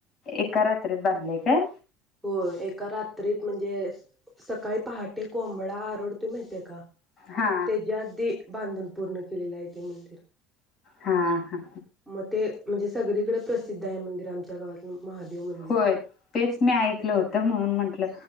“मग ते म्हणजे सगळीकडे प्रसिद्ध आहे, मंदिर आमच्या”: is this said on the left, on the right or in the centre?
Centre